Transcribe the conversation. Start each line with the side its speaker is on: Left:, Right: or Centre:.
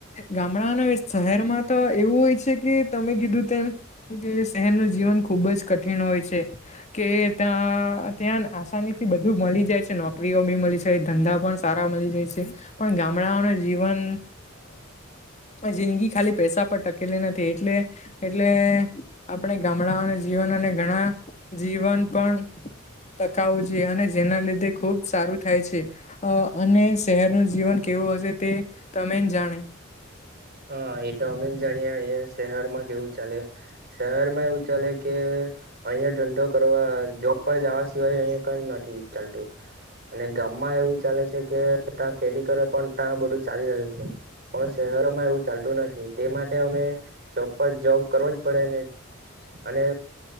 Left: ગામડાના શહેરમાં તો એવું હોય છે કે તમે કીધું તેમ કે શહેરનું જીવન ખુબ જ કઠિન હોય છે કે ત્યાં ત્યાં આસાની થી બધું મળી જાય છે નોકરીઓ બી મળી છે ધંધા પણ સા સારા મળી જાય છે પણ ગામડાઓ જીવન જિંદગી ખાલી પૈસા પર ટકેલી નથી એટલે એટલે આપણે ગામડાઓના જીવન અને ઘણા જીવન પણ ટકાવું જોઈએ અને જેના લીધે ખુબ સારું થાય છે અને શહેરનું જીવન કેવા વ હશે તે તમે જાણે
Right: હા એટ અમે જાણી અ શહેરમાં કેવું ચાલે શહેર માં એવું ચાલે કે અહીયાં ઢંડો કર જોબ પર જવા સિવાય અહીિ કઈ નથી ચાલતું અને ગામમાં એવું ચાલે છે કે ત્યાં ખેતી કરે પણ ત્યાં બધું ચાલી રહ્યું છે. પણ શહેરોમાં એવું ચાલતું નથી તે માટે અમે જપ જોબ કરવો જ પડે ને અને